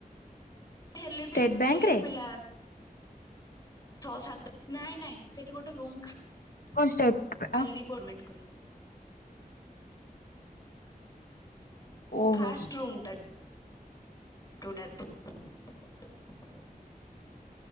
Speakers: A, on the left (about 25°); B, on the left (about 70°).
A: ହେଲେ
B: ଷ୍ଟେଟ
A: ବି
B: ବ୍ୟାଙ୍କ
A: ଥିଲେ
B: ରେ
A: ପିଲା ଛଅ ସାତ ନାଇଁ ନାଇଁ ସେଠି ଗୋଟେ ରୁମ୍ ଖା
B: କଣ ଷ୍ଟେଟ ଆଉ
A: ଲି ପେମେଣ୍ଟ କଲି।
B: ଓହୋ
A: ଫାଷ୍ଟ ରୁମ୍ ଟା ଯୋଟା ତୁ <inaudible>